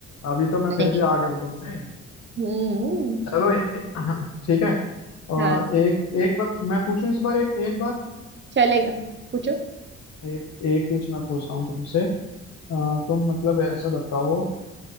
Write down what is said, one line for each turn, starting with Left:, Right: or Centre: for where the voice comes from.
Left: अभी तो मैं
Right: नहीं
Left: फिर भी आगे हूँ तुमसे
Right: हम्म
Left: चलो ए- <clears throat> ठीक है और
Right: हाँ ठीक
Left: एक
Right: है
Left: एक मैं मैं पूछूं इस बार एक एक बार
Right: चलेगा पूछो
Left: एक एक बीच मैं पूछता हूँ तुमसे अ, तुम मतलब ऐसा बताओ